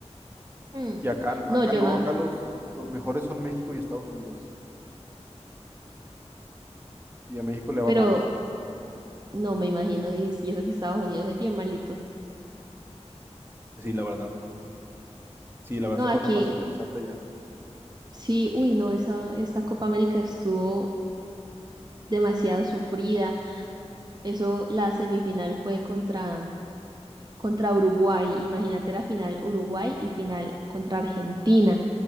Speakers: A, on the right; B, on the right.
A: Mm,
B: Y acá, acá
A: No, yo
B: no,
A: más.
B: acá los, los mejores son México y Estados Unidos. Y a México le va
A: Pero
B: mal.
A: no me imagino, y, y eso que Estados Unidos es bien malito.
B: Sí, la verdad. Sí, la verdad
A: No,
B: se
A: aquí
B: pone más interesante ya.
A: sí, uy, no, esa, esta Copa América estuvo demasiado sufrida. Eso, la semifinal fue contra, contra Uruguay. Imagínate la final Uruguay y final contra Argentina.